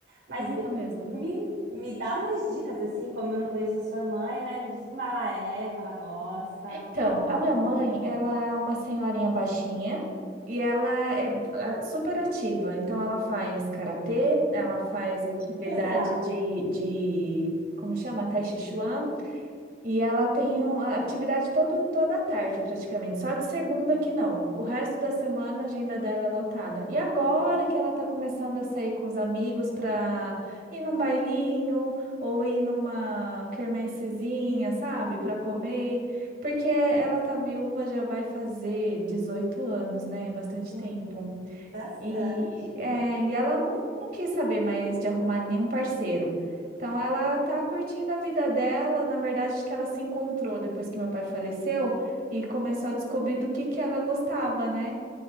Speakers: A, on the right; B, on the right.
A: Mas
B: fica
A: me,
B: mesmo.
A: me, me dá mais dicas, assim, como eu não conheço a sua mãe, né? Me diz como ela é, o que ela gosta.
B: Então, a minha mãe, ela é uma senhorinha baixinha e ela é ah, super ativa. Então, ela faz karatê, ela faz atividade
A: Que legal.
B: de, de como chama? Tai Chi Chuan. E ela tem um- a atividade todo, toda a tarde, praticamente. Só de segunda que não. O resto da semana a agenda dela é lotada. E agora que ela tá começando a sair com os amigos para ir num bailinho ou ir numa quermessezinha, sabe? Para comer. Porque ela tá viúva, já vai fazer 18 anos, né? Bastante
A: Uhum,
B: tempo.
A: bastante.
B: E, é, e ela não, não quis saber mais de arrumar nenhum parceiro. Então ela tá curtindo a vida dela, na verdade, acho que ela se encontrou depois que meu pai faleceu e começou a descobrir do que que ela gostava, né?